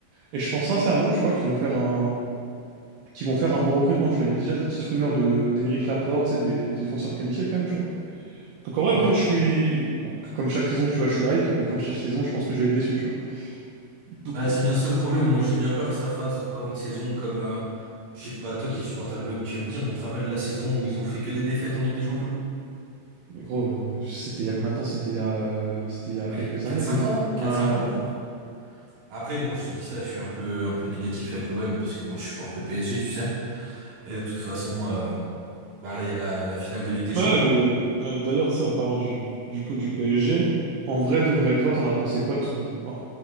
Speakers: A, on the right; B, on the right.
A: Et je pense sincèrement, tu vois, qu'ils vont faire un, qu'ils vont faire un bon recrutement, tu vois. Il y a déjà des petites rumeurs de, d'Emeric Laporte, c'est des, des défenseurs qualifiés quand même, tu vois. Donc en vrai,
B: Ouais.
A: bon, je suis... Bon, c- comme chaque saison, tu vois, je suis hype, mais comme chaque saison, je pense que je vais être déçu, tu vois. Donc,
B: Bah
A: euh,
B: c'est bien ça le problème. Moi, j'ai bien peur que ça fasse encore une saison comme, euh, je sais- bah toi qui es supporter de l'homme, tu vas me dire, mais tu te rappelles la saison où ils ont fait que des défaites en Ligue des Champions?
A: Mais gros, euh, c'était il y a combien de temps? C'était il y a, euh, c'était il y a
B: Ah,
A: quelques
B: il y a quatre
A: années
B: cinq
A: déjà.
B: ans, quatre
A: Euh,
B: cinq ans, je crois. Après, bon, je te dis ça, je suis un peu, un peu négatif avec l'OM parce que moi, je supporte le PSG, tu sais. Et de toute façon, euh, bah là, il y a la, la finale de Ligue des
A: Ouais,
B: Champions.
A: mais euh, d'ailleurs, tu sais, en parlant du, du coup du PSG, en vrai de vrai, toi, t'en as pensé quoi tout... bon,